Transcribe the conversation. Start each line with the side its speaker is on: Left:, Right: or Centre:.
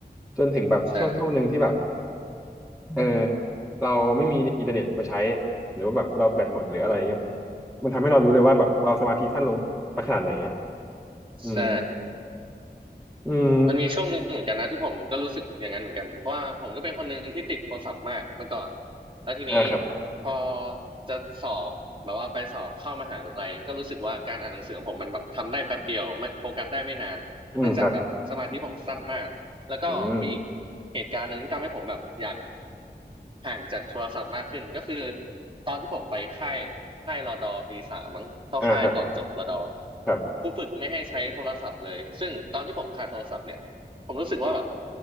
Centre: จนถึงแบบช่วงช่วงหนึ่งที่แบบ
Right: ใช่
Centre: เออเราไม่มีอินเทอร์เน็ตมาใช้หรือว่าแบบเราแบตหมดหรืออะไรเงี้ย
Right: อืม
Centre: มันทำให้เรารู้เลยว่าแบบเราสมาธิสั้นลงไปขนาดไหนอ่ะ
Right: อืม
Centre: อืม
Right: ใช่
Centre: อืม
Right: มันมีช่วงหนึ่งเหมือนกันนะที่ผมก็รู้สึกอย่างนั้นเหมือนกันเพราะว่าผมก็เป็นคนหนึ่งที่ติดโทรศัพท์มากเมื่อก่อนแล้วทีนี้
Centre: อ่าครับ
Right: พอจะสอบแบบว่าไปสอบเข้ามหาลัยก็รู้สึกว่าการอ่านหนังสือของผมมันแบบทำได้แป๊บเดียวไม่โฟกัสได้ไม่นานเนื่องจากแบบสมาธิผมสั้นมากแล้วก็มีอีก
Centre: อืมครับอืม
Right: เหตุการณ์หนึ่งที่ทำให้ผมแบบอยาก ห่างจากโทรศัพท์มากขึ้นก็คือตอนที่ผมไปค่ายค่ายรดอปีสามมั้งเข้าค่ายก่อนจบรดอ
Centre: อ่าครับครับ
Right: ผู้ฝึกไม่ให้ใช้โทรศัพท์เลยซึ่งตอนที่ผมขาดโทรศัพท์เนี่ยผมรู้สึกว่าแบบ